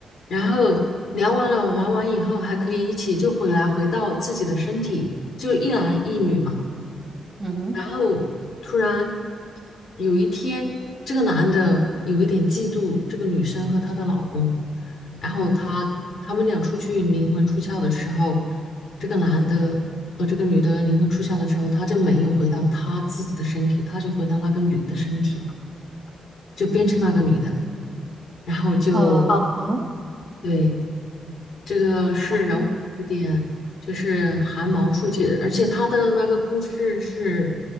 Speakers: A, on the left; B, on the right.
A: 然后聊完了玩完以后，还可以一起就回来回到自己的身体，就一男一女嘛。
B: 嗯哼，
A: 然后突然有一天，这个男的有一点嫉妒这个女生和她的老公，然后他他们俩出去灵魂出窍的时候，这个男的和这个女的灵魂出窍的时候，他就没有回到他自己的身体，他就回到那个女的身体，就变成那个女的，然后就哦，
B: 啊好，
A: 对，这个是人物有点就是寒毛竖起，
B: 然后呢？
A: 而且他的那个故事是，